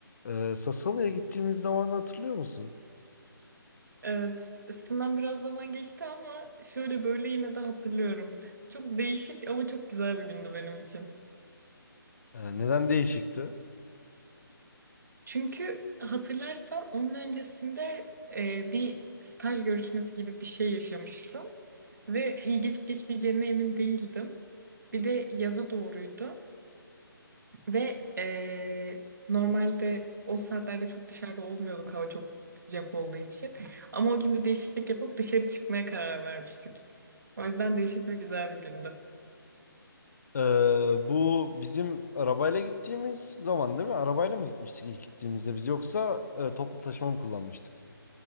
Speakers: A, on the left; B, on the right.
A: Ee, Sassuolo'ya gittiğimiz zaman hatırlıyor musun?
B: Evet, üstünden biraz zaman geçti ama şöyle böyle yine de hatırlıyorum. Çok değişik ama çok güzel bir gündü benim için.
A: Ee, neden değişikti?
B: Çünkü hatırlarsan onun öncesinde e, bir staj görüşmesi gibi bir şey yaşamıştım ve iyi geçip geçmeyeceğine emin değildim. Bir de yaza doğruydu ve e, normalde o saatlerde çok dışarıda olmuyorduk hava çok sıcak olduğu için. Ama o gün bir değişiklik yapıp dışarı çıkmaya karar vermiştik. O yüzden değişik ve güzel bir gündü.
A: Ee, bu bizim arabayla gittiğimiz zaman değil mi? Arabayla mı gitmiştik ilk gittiğimizde biz yoksa e, toplu taşıma mı kullanmıştık?